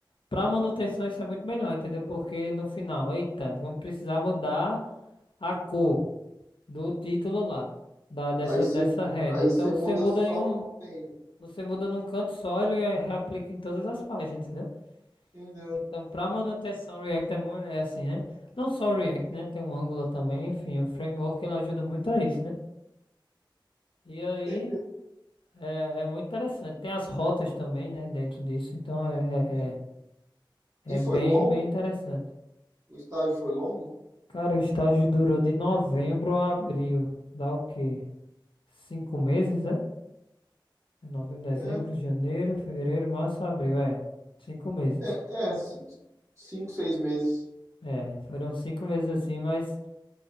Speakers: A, on the left; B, on the right.
A: Pra manutenção isso é muito melhor, entendeu? Porque no final, eita, vamos precisar mudar a cor do título lá, da, dessa,
B: Aí você,
A: dessa head.
B: aí
A: Então
B: você muda
A: você muda
B: só
A: em um,
B: no container.
A: você muda num canto só ele aí reaplica em todas as páginas, entendeu?
B: Entendeu?
A: Então pra manutenção React é, mu- é assim, né? Não só o React, né? Tem um Angular também, enfim, o framework ele ajuda muito a isso, né? E aí
B: Entendeu?
A: é, é muito interessante. Tem as rotas também, né? Dentro disso, então é,
B: E,
A: é, é é
B: e foi
A: bem,
B: longo?
A: bem interessante.
B: O estágio foi longo?
A: Cara, o estágio durou de novembro a abril. Dá o quê? Cinco meses, é? É novembro, dezembro,
B: É,
A: janeiro, fevereiro, março, abril. É, cinco meses.
B: é, é, ci- cinco, seis meses.
A: É, foram cinco meses assim, mas